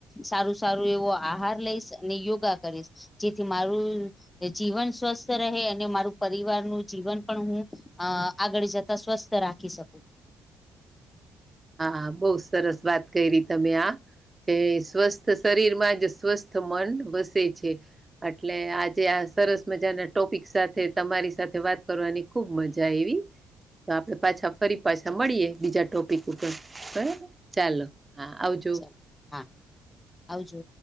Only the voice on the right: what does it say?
હા બહુ સરસ વાત કરી ર તમે એ સ્વસ્થ શરીરમાં જ સ્વસ્થ મન વસે છે. એટલે આજે આ સરસ મજાના ટોપિક સાથે તમારી સાથે વાત કરવાની ખુબ મજા આઈવી તો આપડે પાછા ફરી પાછા
મળીએ બીજા ટોપિક ઉપર બરાબર, ચાલો હા આવજો.